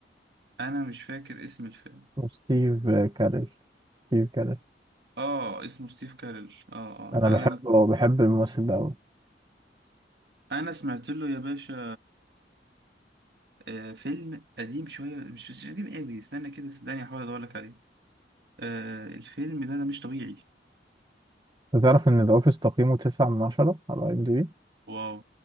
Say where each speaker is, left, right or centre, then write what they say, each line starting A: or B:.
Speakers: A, on the right; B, on the right.
A: انا مش فاكر اسم الفيلم
B: وستيف كاريل ستيف كاريل
A: اه اسمه ستيف كارل اه اه
B: انا
A: لا
B: بحبه
A: ده انا
B: بحب الممثل ده قوي
A: انا سمعت له يا باشا آه فيلم قديم شويه مش مش قديم قوي استنى كده صدقني احاول ادور لك عليه آه الفيلم ده ده مش طبيعي
B: تعرف ان ذا اوفيس تقييمه 9 من 10 على IMDb
A: واو